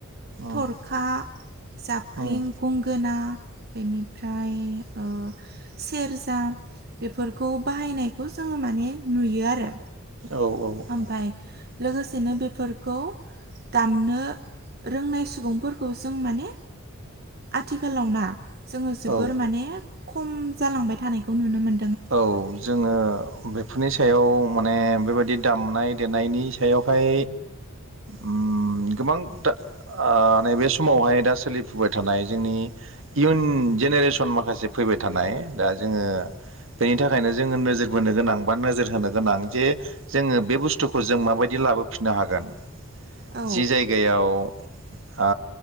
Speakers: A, on the right; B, on the right.
A: थरखा,
B: उम
A: जाबख्रिं,
B: उम
A: गंगोना बेनिफ्राय ओ सेरजा बेफोरखौ बाहायनायखौ जोङो माने नुयो आरो।
B: औ औ औ।
A: ओमफाय लोगोसेनो बेफोरखौ दामनो रोंनाय सुबुंफोरखौ जों माने आथिखालाव ना जोङो जोबोर
B: औ
A: माने खम जालांबाय थानायखौ नुनो मोन
B: औ जोङो बेफोरनि सायाव माने बेबायदि दामनाय देनायनि सायावहाय उम गोबां दा ओ नैबे समावहाय दा सोलिफुबाय थानाय जोंनि इयुन जेनेरेसन माखासे फैबाय थानाय दा जोङो बेनि थाखायनो जोङो नोजोर बोनो गोनां बा नोजोर होनो गोनां जे जोङो बे बुस्थुखौ जों माबायदि लाबो बो फिननो हागोन।
A: औ
B: जि जायगायाव ओ